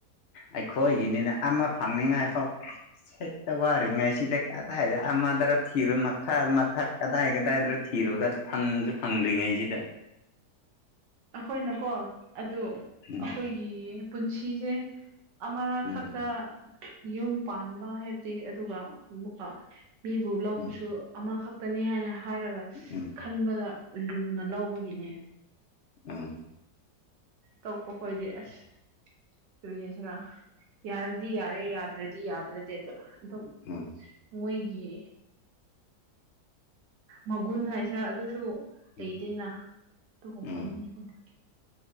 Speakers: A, on the left; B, on the right.
A: ꯑꯩꯈꯣꯏꯒꯤꯅꯤꯅ ꯑꯃ ꯐꯪꯅꯤꯡꯉꯥꯏ ꯐꯥꯎ ꯍꯦꯛꯇ ꯋꯥꯔꯤꯉꯥꯏ ꯁꯤꯗ ꯀꯗꯥꯏꯗ ꯑꯃꯗ꯭ꯔꯥ ꯊꯤꯔꯨ ꯃꯈꯥ ꯃꯊꯛ ꯀꯗꯥꯏ ꯀꯗꯥꯏꯗꯣ ꯊꯤꯔꯨꯔꯒ ꯐꯪꯁꯨ ꯐꯪ ꯐꯪꯗ꯭ꯔꯤꯉꯩꯁꯤꯗ
B: ꯑꯩꯈꯣꯏꯅꯀꯣ ꯑꯗꯨ
A: ꯎꯝ
B: ꯑꯩꯈꯣꯏꯒꯤ ꯄꯨꯟꯁꯤꯁꯦ ꯑꯃꯔꯛ
A: ꯎꯝ
B: ꯈꯛꯇ ꯌꯨꯝ ꯄꯥꯟꯕ ꯍꯥꯏꯕꯗꯤ ꯑꯗꯨꯒ ꯑꯃꯨꯛꯀ ꯃꯤꯕꯨ ꯂꯧꯕꯁꯨ
A: ꯎꯝ
B: ꯑꯃꯈꯛꯇꯅꯤ ꯍꯥꯏꯅ ꯍꯥꯏꯔꯒ
A: ꯎꯝ
B: ꯈꯟꯕꯗ ꯂꯨꯅ ꯂꯧꯕꯒꯤꯅꯦ
A: ꯎꯝ
B: ꯀꯛꯄ ꯈꯣꯏꯗꯦ ꯑꯁ ꯀꯔꯤ ꯍꯥꯏꯁꯦꯔꯥ ꯌꯥꯔꯗꯤ ꯌꯥꯔꯦ ꯌꯥꯗ꯭ꯔꯗꯤ ꯌꯥꯗ꯭ꯔꯗꯤꯗꯣ ꯑꯗꯨꯝ
A: ꯎꯝ
B: ꯃꯣꯏꯒꯤ ꯃꯒꯨꯟ ꯍꯥꯏꯁꯤꯔ ꯑꯗꯨꯁꯨ ꯂꯩꯇꯦꯅ
A: ꯎꯝ
B: ꯑꯗꯨꯒꯨꯝꯕ
A: ꯎꯝ
B: ꯃꯤ ꯑꯩꯈꯣꯏꯗ